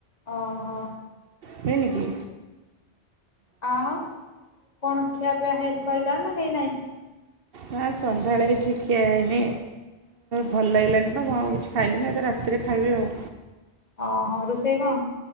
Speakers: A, on the left; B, on the right.
A: ଅ ହ।
B: ହୁଏନିକି।
A: ଆଉ, କଣ ଖିଆ ପିଆ ହେଇ ସରିଲାଣି ନା ହେଇନାହିଁ?
B: ନା, ସନ୍ଧ୍ୟାଳେ କିଛି ଖିଆ ହେଇନି। ଭଲ ଲାଗିଲାନି ତ, ମୁଁ ଆଉ କିଛି ଖାଇଲିନି। ଏ ତ ରାତିରେ ଖାଇବି ଆଉ।
A: ଅ ହଁ, ରୁଷେଇ କଣ?